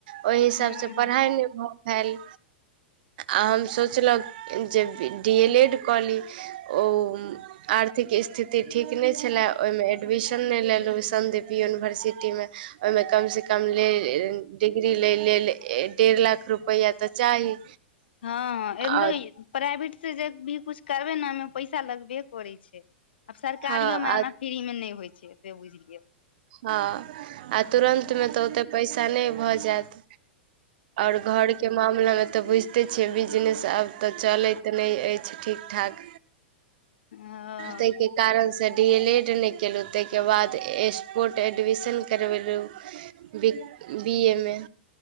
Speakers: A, on the right; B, on the left.
A: ओहि हिसाबसँ
B: ह
A: पढ़ाइ नहि भऽ भेल आ हम सोचल जे डी एल एड कऽ ली ओम आर्थिक स्थिति ठीक नहि छलय ओहिमे एडमिशन नहि लेलहुँ सन्दीप यूनिवर्सिटीमे ओहिमे कम से कम कम लेल डिग्री लै लेल डेढ़ लाख रुपैआ तऽ चाही
B: हँ अमहरो
A: आ
B: प्राइवेट से जे भी कुछ करबे ने ओहिमे पैसा लगबे करै छै आब सरकारियो
A: हँ
B: मे
A: आ
B: एना फ्री मे नय होइ छै एतबे बुझलियै
A: हँ आ तुरन्त मे तऽ ओते पैसा नय भऽ जायत और घर के मामला मे तऽ बुझते देखते छीय बिजनेस आब तऽ चलैत नय अछि ठीक ठाक
B: हँ
A: ताय के कारण से डी एल एड नय केलहु ताहि के बाद एस कोर्ट एडमिशन करबेलहुँ बीक बी ए मे